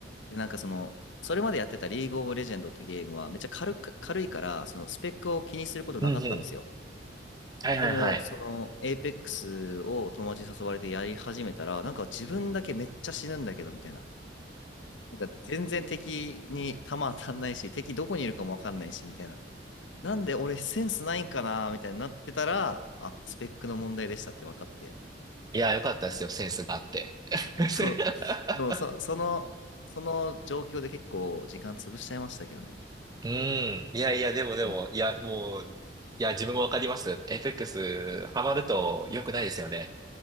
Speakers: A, on the left; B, on the right.
A: で、なんかその、それまでやってたリーグオブレジェンドってゲームはめっちゃ軽く、軽いから、そのスペックを気にすることなかったんですよ。
B: うんうん。はいはいはい。
A: でも、その、エイペックスを友達に誘われてやり始めたら、なんか自分だけめっちゃ死ぬんだけど、みたいな。なんか全然敵に弾当たんないし、敵どこにいるかもわかんないし、みたいな。なんで俺センスないんかな、みたいになってたら、あ、スペックの問題でしたって分かって。
B: いや、よかったですよ。センスがあって。<laughs>
A: でも、でもそ、その、その状況で結構時間潰しちゃいましたけどね。
B: うん。いやいや、でもでも、
A: うん
B: いや、もう、いや、自分もわかります。FX、ハマると良くないですよね。